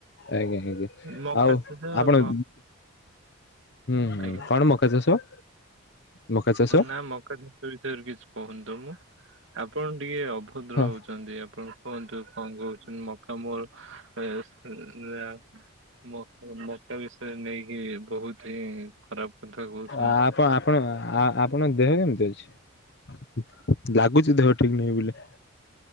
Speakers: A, on the left; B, on the right.
A: ଆଜ୍ଞା ଆଞା
B: ମକା
A: ଆଉ
B: ଚାଷ ଆଉ
A: ଆପଣ?
B: କଣ
A: ହୁଁ ହ
B: ଆଜ୍ଞା
A: କଣ ମକା ଚାଷ? ମକା ଚାଷ?
B: ନା ମକା ଚାଷ ବିଷୟରେ କିଛି କହୁନି ତ ମୁଁ ଆପଣ ଟିକେ ଅ ଭଦ୍ର
A: ହଁ
B: ହଉଛନ୍ତି ଆପଣ କୁହନ୍ତୁ କଣ କହୁଛନ୍ତି ମକା ମୋ ଯ ମକା ମକା ବିଷୟରେ ନେଇକି ବହୁତି ଖରାପ କଥା କହୁଛନ୍ତି।
A: ଆପଣ ଆପଣ ଆପଣଙ୍କ ଦେହ କେମିତି ଅଛି? ଲାଗୁଛି ଦେହ ଠିକ ନାହିଁ ବୋଲି